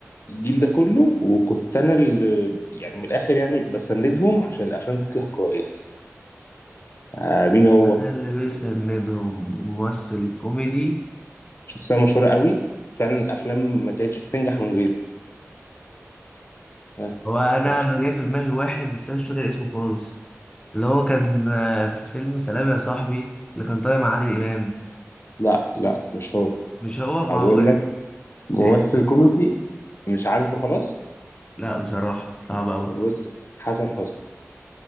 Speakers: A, on the left; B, on the left.
A: الجيل ده كله وكنت انا اللي يعني من الاخر يعني بسندهم عشان الافلام تطلع كويسه آه مين هو
B: أنا اللي بيسندهم ممثل كوميدي
A: شخصيه مشهوره قوي فعلا الافلام ما كانتش بتنجح من غيره آه
B: هو أنا
A: فكر.
B: أنا جاي في دماغي واحد بس أنا مش فاكر اسمه خالص اللي هو كان آه، في فيلم سلام يا صاحبي اللي كان طالع مع عادل إمام
A: لا لا مش هو
B: مش هو ما
A: أنا بقول
B: هو
A: لك ممثل
B: إيه ده
A: كوميدي مش عارفه خلاص
B: لا بصراحة صعب أوي
A: بص حسن حسني